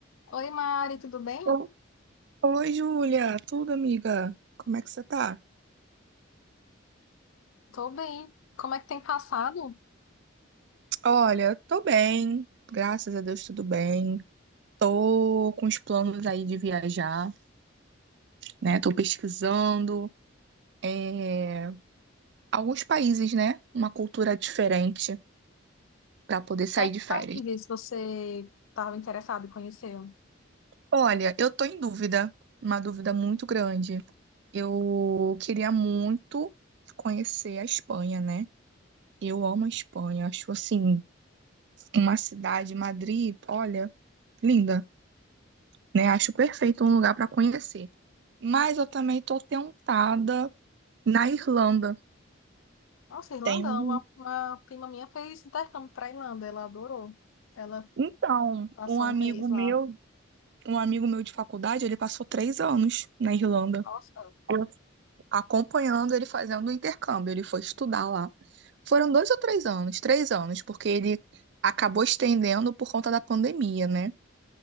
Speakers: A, on the left; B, on the right.
A: Oi, Mari, tudo bem?
B: Oi, oi, Júlia, tudo, amiga? Como é que você tá?
A: Tô bem. Como é que tem passado?
B: Olha, tô bem, graças a Deus, tudo bem. Tô com os planos aí de viajar, né? Tô pesquisando é, alguns países, né? Uma cultura diferente pra poder sair
A: É, que
B: de férias.
A: países você estava interessado em conhecer?
B: Olha, eu tô em dúvida, uma dúvida muito grande. Eu queria muito conhecer a Espanha, né? Eu amo a Espanha, acho assim, uma cidade, Madrid, olha, linda. né? Acho perfeito um lugar para conhecer. Mas eu também tô tentada na Irlanda.
A: Nossa, Irlanda,
B: Tem um,
A: uma, uma prima minha fez intercâmbio para Irlanda, ela adorou. Ela
B: então,
A: passou
B: um amigo
A: um mês
B: meu,
A: lá.
B: um amigo meu de faculdade, ele passou três anos na Irlanda,
A: Nossa,
B: Eu- acompanhando ele fazendo o intercâmbio. Ele foi estudar lá. Foram dois ou três anos, três anos, porque ele acabou estendendo por conta da pandemia, né?